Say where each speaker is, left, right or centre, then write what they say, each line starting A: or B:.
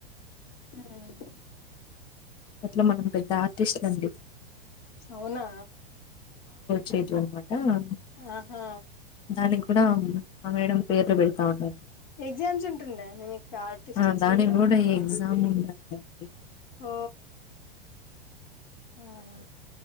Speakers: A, on the left; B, on the left.
A: హ్మ్
B: అట్లా మనం పెద్ద ఆర్టిస్ట్ లండి
A: అవునా
B: చేయిట్వన మాట ట
A: ఆహా
B: దానికి కూడా ఆ మేడమ్ పేర్లు పేడ్ అవునండి
A: ఎగ్జామ్స్ ఉంటుంన్నాయి నీకు ఆర్ట్ స్టిచ్చింగ్
B: ఆ దానికి
A: కూడా
B: ఈ ఎగ్జామ్ ఉందండి
A: ఆ ఆహా